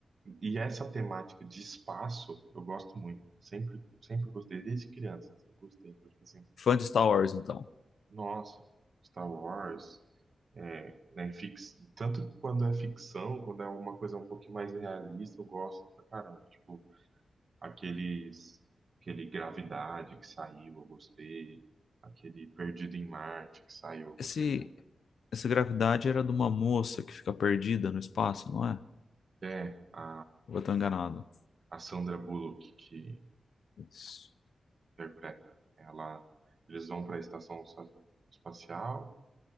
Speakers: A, on the right; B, on the left.
A: E essa temática de espaço, eu gosto muito. Sempre, sempre gostei, desde criança, assim, gostei. Então, tipo assim,
B: Fã de Star Wars, então.
A: nossa, Star Wars, é, né, fix... tanto quando é ficção, quando é uma coisa um pouquinho mais realista, eu gosto pra caramba. Tipo, aqueles, aquele Gravidade que saiu, eu gostei. Aquele Perdido em Marte que saiu, eu gostei
B: Esse,
A: também.
B: essa gravidade era de uma moça que fica perdida no espaço, não é?
A: É, a,
B: Ou eu tô enganado?
A: a Sandra Bullock, que
B: Isso.
A: interpreta. Ela, eles vão para a estação sa- espacial